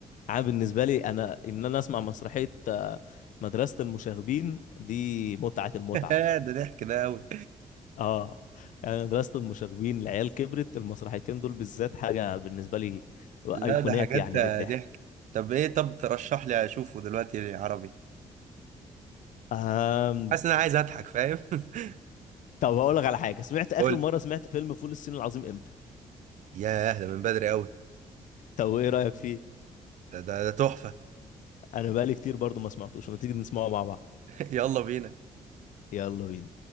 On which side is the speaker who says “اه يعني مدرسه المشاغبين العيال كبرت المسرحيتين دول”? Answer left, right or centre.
Left